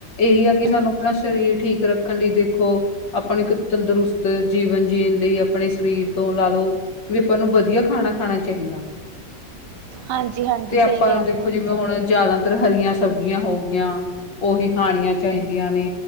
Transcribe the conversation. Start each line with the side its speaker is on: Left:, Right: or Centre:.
Left: ਏਹੀ ਆ ਕੀ ਸਾਨੂੰ
Right: ਹਮ
Left: ਆਪਣਾ ਸਰੀਰ ਠੀਕ ਰੱਖਣ ਲਈ ਦੇਖੋ- ਆਪਣੀ ਇਕ ਤੰਦਰੁਸਤ ਜੀਵਨ ਜੀਣ ਲਈ ਆਪਣੇ ਸਰੀਰ ਤੋਂ ਲਾ ਲਓ- ਵੀ ਆਪਾਂ ਨੂੰ ਵਧੀਆ ਖਾਣਾ- ਖਾਣਾ ਚਾਹੀਦਾ।
Right: ਹਾਂਜੀ ਹਾਂਜੀ
Left: ਤੇ
Right: ਸਹੀ
Left: ਆਪਾਂ
Right: ਕਹਿ
Left: ਨੂੰ ਦੇਖੋ
Right: ਰਹੇ ਹੋ
Left: ਜਿਵੇਂ ਹੁਣ- ਜਾਦਾਤਰ ਹਰੀਆਂ ਸਬਜ਼ੀਆਂ ਹੋ ਗਈਆਂ। ਓਹੀ ਖਾਣੀਆਂ ਚਾਹੀਦੀਆਂ ਨੇ।